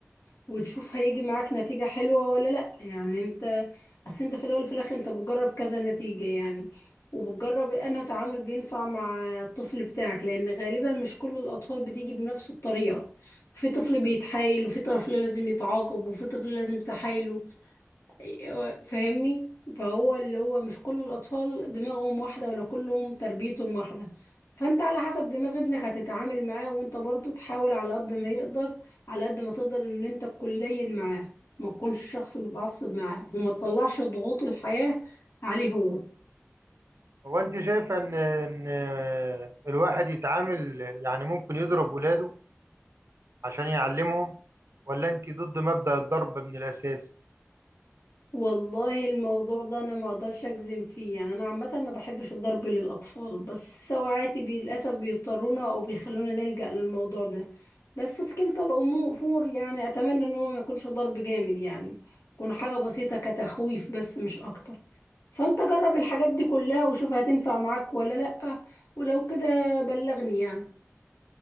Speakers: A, on the left; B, on the right.
A: وتشوف هيجي معاك نتيجة حلوة ولا لأ يعني انت اصل انت في الأول وفي الآخر انت بتجرب كذا نتيجة يعني وبتجرب إيه، انه تعامل بينفع مع الطفل بتاعك لأن غالبا مش كل الأطفال بتيجي بنفس الطريقة في طفل بيتحايل وفي طفل لازم يتعاقب وفي طفل لازم تحايله أيوة، فاهمني فهو اللي هو مش كل الأطفال دماغهم واحدة ولا كلهم تربيتهم واحدة فأنت على حسب دماغ ابنك هتتعامل معاه وأنت برضو تحاول على قد ما يقدر على قد ما تقدر إن أنت تكون لين معاه ما تكونش شخص متعصب معاه وما تطلعش ضغوط الحياة عليه هو
B: هو انت شايفه ان ان الواحد يتعامل يعني ممكن يضرب ولاده عشان يعلمهم ولا انت ضد مبدأ الضرب من الاساس
A: والله الموضوع ده انا ما اقدرش اجزم فيه يعني انا عامه ما بحبش الضرب للاطفال بس سواعاتي بي- للاسف بيضطرونا او بيخلونا نلجأ للموضوع ده بس في كلتا الامور يعني اتمنى ان هو ما يكونش ضرب جامد يعني يكون حاجه بسيطه كتخويف بس مش اكتر فانت جرب الحاجات دي كلها وشوف هتنفع معاك ولا لأ ولو كده بلغني يعني